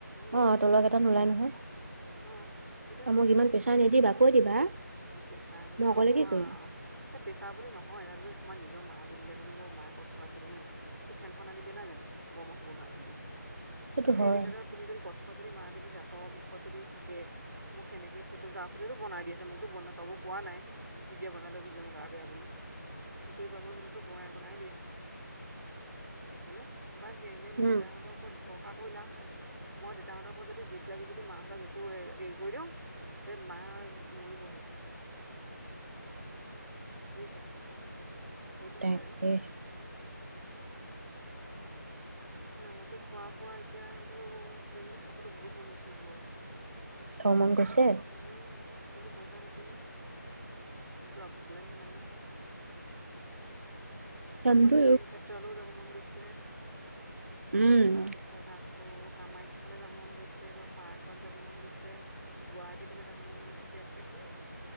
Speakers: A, on the right (about 50°); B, on the right (about 70°).
A: অ
B: নোলায়
A: তলৰকেইটো নোলাই নহয়। আৰু
B: অঁ সেইটোৱে
A: মাক ইমান প্ৰেছাৰ নেদিবা কৈ দিবা।
B: প্ৰেছাৰ বুলি
A: মই
B: নহয়
A: অকলে কি কৰিম
B: আৰু এ প্ৰেছাৰ বুলি নহয়, তাত যদি তোমাৰ নিজৰ মা যদি এতিয়া তুমি ধৰক মা কষ্ট আছিল হয়নে? সেই ফেনখন আনি দিয়া নাই জানো, গৰমত হোব নোৱাৰে বুলি,
A: সেইটো
B: সি সেই
A: হয়।
B: দুইটাত তুমি যদি কষ্টত যদি মায়ে যদি দাঁতৰ বিষত যদি থাকে। মোক সেনেকে সেইটো গা সুতেটো বনাই দি আছে, মোকতো বন ক'ব কোৱা নাই, নিজে বনাই লৈ গুছি যাম গা বেয়া বুলি। চুঁচৰি বাগৰি হ'লেতো বনাই বনাই দি আছে হয়নে? বাদদে এনেই
A: উম।
B: দেউতাহঁতক ওপৰত ভৰষা কৰি লাভ নাই, মই দেউাহঁতৰ ওপৰত জেদ লাগি যদি মাহঁতক একো হেৰি কৰি দিওঁ এই মা মৰিবহে। বুজিছা সেইকাৰণে
A: তাকে
B: আৰু বাকী খোৱা বোৱা এতিয়াতো কিবাকিবি খাবতো বহুত মন গৈছে মোৰ বাৰু। <inaudible>
A: খাব মন গৈছে।
B: উম, কিন্তু পইচা পাতিহে প্ৰব্লেম মানে। ক'ৰবাত
A: যাম টো
B: জুবিন ক্ষেত্ৰলৈও যাব মন গৈছে।
A: উম।
B: তাৰপিছত আকৌ কামাখ্যালে যাব মন গৈছে, পাৰ্কত যাব মন গৈছে। গুৱাহাটীৰ ফালে যাব মন গৈছে।